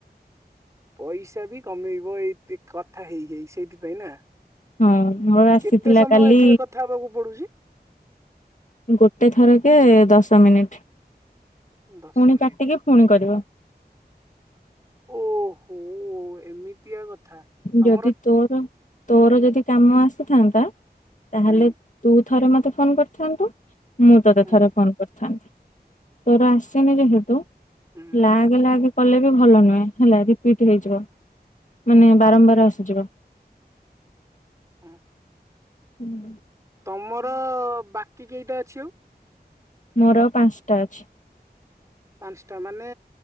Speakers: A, on the right; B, on the left.
A: ପଇସା ବି କମେଇବ ଏଇ କଥା ହେଇ ହେଇ ସେଇଥିପାଇଁ ନା?
B: ହଁ ମୋର ଆସିଥିଲା
A: କେତେ ସମୟ
B: କାଲି
A: ଏଥିରେ କଥା ହବାକୁ ପଡୁଛି?
B: ଗୋଟେ ଥର କେ ଦଶ ମିନିଟ
A: ଦଶ
B: ପୁଣି
A: ମିନିଟ।
B: କାଟିକି। ପୁଣି କରିବ।
A: ଓହୋ ଏମିତି। ଦୀୟା କଥା। ତମର
B: ଯଦି ତୋର ତୋର ଯଦି କାମ ଆସିଥାନ୍ତା ତାହେଲେ
A: ହୁଁ
B: ତୁ ଥରେ ମତେ ଫୋନ କରିଥାନ୍ତୁ ମୁଁ ତୋତେ
A: ହୁଁ
B: ଥରେ ଫୋନ କରିଥାନ୍ତି। ତୋର ଆସିନି ଯେହେତୁ
A: ହୁଁ
B: ଲାଗେ ଲାଗେ। କଲେ ବି ଭଲ ନୁହେଁ ହେଲା ରିପିଟ୍ ହେଇଯିବ। ମାନେ ବାରମ୍ବାର ଆସିଯିବ।
A: ହୁଁ।
B: ହୁଁ।
A: ତମର ବାକି କେଇଟା ଅଛି ଆଉ।
B: ମୋର ଆଉ ପାଞ୍ଚଟା ଅଛି।
A: ପାଞ୍ଚଟା ମାନେ